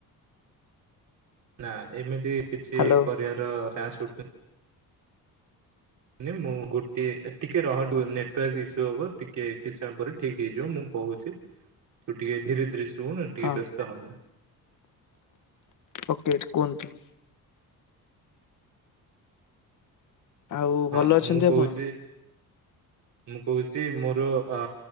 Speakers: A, on the right; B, on the left.
A: ନା ଏମିତି କିଛି
B: ହ୍ୟାଲୋ
A: କରିବାର ଚାନ୍ସ ଉଠୁ ନିଁ ମୁଁ ଗୋଟେ ଟିକେ ରହ ନେଟୱାର୍କ ଇସ୍ୟୁ ହବ ଟିକେ କିଛି ସମୟ ପରେ ଠିକ ହେଇଯିବ ମୁଁ କହୁଛି ତୁ ଟିକେ ଧୀରେ ଧୀରେ ଶୁଣୁ ଟିକେ
B: ହଁ
A: ବ୍ୟସ୍ତ ହନି।
B: ଓକେ କୁହନ୍ତୁ। ଆଉ
A: ହଁ
B: ଭଲ ଅଛନ୍ତି
A: ମୁଁ କହୁଛି
B: ଆପଣ।
A: ମୁଁ କହୁଛି ମୋର ଆ